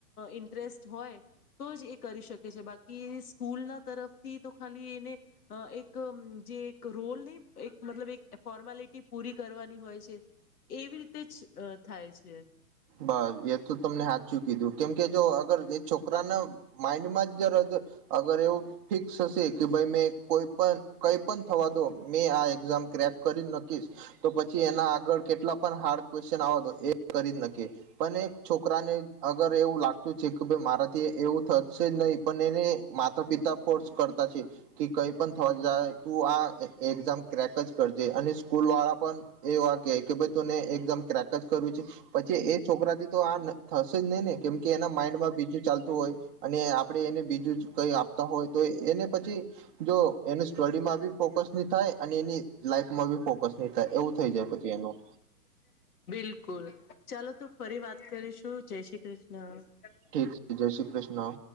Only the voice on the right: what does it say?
બસ. એ તો તમને હાચું કીધું કેમ કે જો અગર એ છો છોકરાના માઈન્ડમાં જ જ અગર એવું ફિક્સ હશે કે ભાઈ મેં કોઈ પણ કઈ પણ થવા દો. મેં આ એક્ઝામ ક્રેક કરી નકીશ. તો પછી એના આગળ કેટલા પણ હાર્ડ ક્વેશ્ચન આવ તો એ કરી જ નકી. શકે પણ એક છોકરાને અગર એવું લાગતું છે કે ભાઈ મારાથી એવું થશે નહી. પણ એને માતા પિતા ફોર્સ કરતા છે. કે કઈ પણ થવા જાય, તું આ એકઝામ ક્રેક જ કરજે અને સ્કૂલ વાળા પણ એવા કેય કે ભાઈ તને એકઝામ ક્રેક જ કરવી છે. પછી એ છોકરાથી તો આ થશે જ નય ને કેમ કે એના માઈન્ડમાં બીજું ચાલતું હોય. અને આપણે એને બીજું જ કઈ આપતા હોય, તો એને પછી જો એનું સ્ટડીમાં બી ફોકસ ની થાય અને એની લાઈફમાં બી ફોકસ ની થાય. એવું થઈ જાય પછી એનું
ઠીક છે. જય શ્રી કૃષ્ણ.